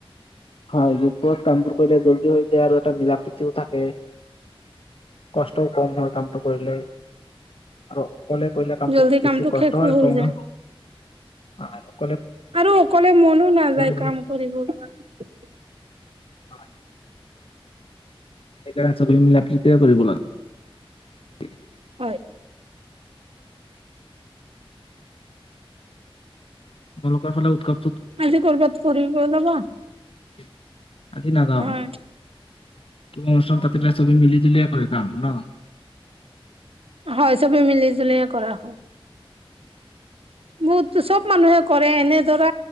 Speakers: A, on the left; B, on the right.
A: হয়, গ্ৰুপত কামবোৰ কৰিলে জল্দি হয় আৰু এটা মিলা প্ৰীতিও থাকে। কষ্টও কম হয় কামটো কৰিলে। আৰু অক'লে কৰিলে কামটো
B: জল্দি
A: বেছি কষ্ট
B: শেষো
A: হয়,
B: হৈ
A: অকনমান।
B: যায়
A: <unintelligible>
B: আৰু অকলে মনো নাযায়
A: হয়
B: কাম কৰিব কাৰণে।
A: হয়। সেইকাৰণে চবেই মিলা প্ৰীতিৰে কৰিব লাগে।
B: হয়।
A: তেওঁলোকৰ ফালে উৎকত
B: আজি ক'ৰবাত ফুৰিব যাবা?
A: <inaudible> আজি নাযাওঁ।
B: হয়
A: কিবা অনুষ্ঠান তাত। তেতিয়া চবে মিলিজুলিয়ে কৰিব। কাম ন?
B: হয়, চবেই মিলিজুলিয়ে কৰা হয়। বহুতো চব মানুহে কৰে এনে ধৰা,